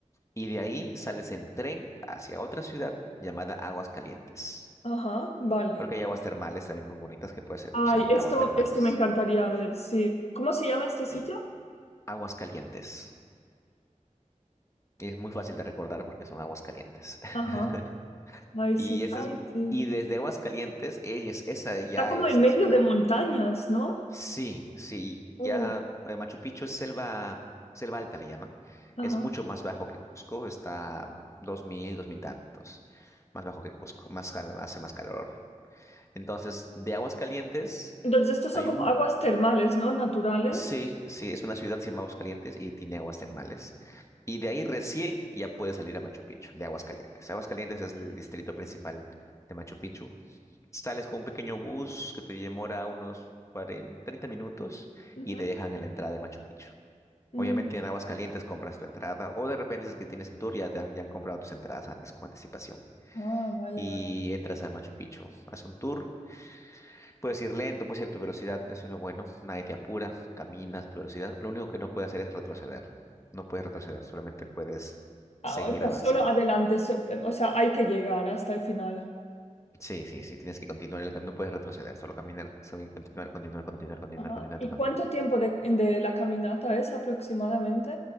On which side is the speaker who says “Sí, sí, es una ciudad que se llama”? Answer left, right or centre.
Left